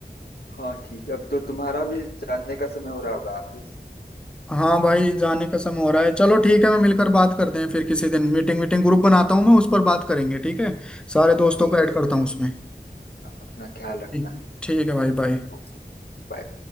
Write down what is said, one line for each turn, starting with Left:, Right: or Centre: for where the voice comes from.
Left: बढ़िया हाँ ठीक है अब तो तुम्हारा भी जाने का समय हो रहा होगा ऑफिस
Centre: हाँ भाई जाने का समय हो रहा है चलो ठीक है मैं मिलकर बात करते हैं फिर किसी दिन मीटिंग मीटिंग ग्रुप बनाता हूँ मैं उस पर बात करेंगे ठीक है सारे दोस्तों
Left: ठीक
Centre: को ऐड
Left: है
Centre: करता हूँ उसमें
Left: हाँ, अपना ख्याल रखना
Centre: ठीक ठीक है भाई बाय
Left: ओके बाय